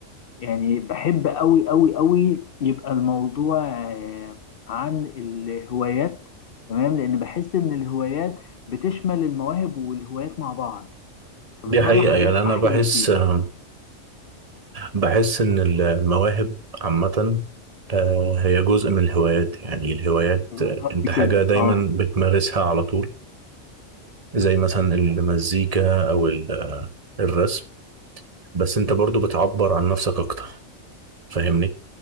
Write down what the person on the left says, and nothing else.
يعني بحب قوي قوي قوي يبقى الموضوع آه، عن الهوايات تمام لان بحس ان الهوايات بتشمل المواهب والهوايات مع بعض فبتطلع
حاجات
احلى
بكتير
بالظبط
كده
اه